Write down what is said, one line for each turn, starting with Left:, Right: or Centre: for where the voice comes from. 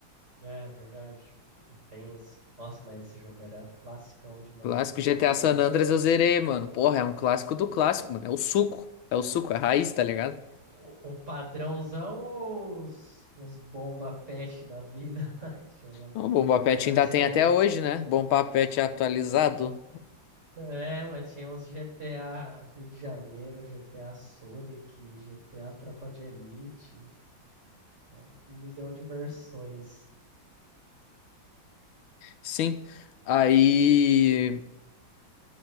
Right: É, verdade. Tem isso. Nossa, mas esse jogo era classicão demais,
Left: Clássico
Right: gostava
Left: GTA
Right: muito.
Left: San Andreas eu zerei, mano. Porra, é um clássico do clássico, mano. É o suco. É o suco, é a raiz, tá ligado?
Right: O, o padrãozão ou os, os bomba pet da vida, <laughs> lá, que chama
Left: O Bomba Pet
Right: versão.
Left: ainda tem até hoje, né? Bomba Pet atualizado.
Right: É, mas tinha os GTA Rio de Janeiro, GTA Sonic, GTA Tropa de Elite, é um milhão de versões,
Left: Sim. Aí.